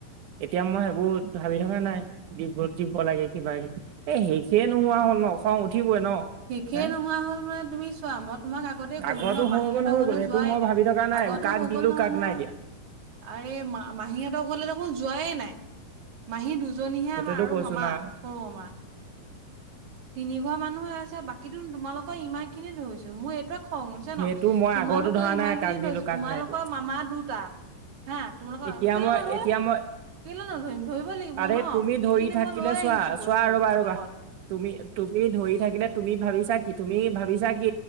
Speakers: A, on the right; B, on the right.
A: এতিয়া মই সেইবোৰ ভাবি থকা নাই ডিব্ৰুত দিব লাগে কিবা কিবি এ শেষে নোহোৱা হ হ'ল ন খং উঠিবই ন
B: শেষেই
A: হে
B: নোহোৱা হ'ল মানে তুমি চোৱা মই তোমাক আগতে কৈছোঁ
A: আগৰটো
B: ন
A: হৈ
B: মাহীহঁতৰ
A: গ'ল হৈ
B: ঘৰলে
A: গ'ল সেইটো
B: যোৱাই
A: মই
B: নাই
A: ভাবি থকা নাই
B: আগত
A: কাক
B: তো হৈ
A: দিলো
B: গ'ল নহয়-
A: কাক
B: নহয়
A: নাই দিয়া
B: আৰে মা- মাহীহঁতৰ ঘৰলে দেখোন যোৱাই নাই। মাহী দুজনীহে
A: সেইটোতো
B: আমাৰ আৰু
A: কৈছো
B: মামা
A: না
B: সৰু মামা। তিনি ঘৰ মানুহে আছে বাকীতো তোমালোকৰ ইমান খিনিয়ে ধৰিছো মই এইটোৱে খং উঠিছে
A: সেইটো
B: ন'তোমালোকৰ
A: মই আগৰতো ধৰা
B: ইমান
A: নাই কাক
B: খিনি
A: দিলো
B: ধৰিছে
A: কাক
B: তোমালোকৰ
A: নাই দিয়া
B: মামা দুটা হা, তোমালোকৰ
A: এতিয়া
B: কেলে
A: মই
B: নধৰো।
A: এতিয়া মই
B: কেলে নধৰিম ধৰিব লাগিব
A: আৰে
B: ন'
A: তুমি ধৰি
B: সেইখিনি
A: থাকিলে
B: মই লই
A: চোৱা
B: আহিছো বস্তু
A: চোৱা ৰ'বা ৰ'বা
B: লগত।
A: তুমি তুমি ধৰি থাকিলে তুমি ভাবিছা কি তুমি ভাবিছা কি